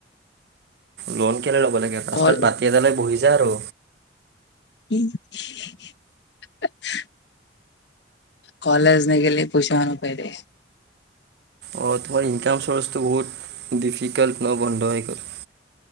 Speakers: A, on the right; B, on the left.
A: লোণ কেলৈ ল'ব লাগে?
B: কল
A: ৰাস্তাত বাতি এটা লৈ বহি যা আৰু।
B: <unintelligible> কলেজ নেগলে পইচাও নাপাই দে।
A: অ'! তোমাৰ ইনকাম চৰ্চটো বহুত ডিফিকাল্ট ন' বন্ধ হৈ গ'ল।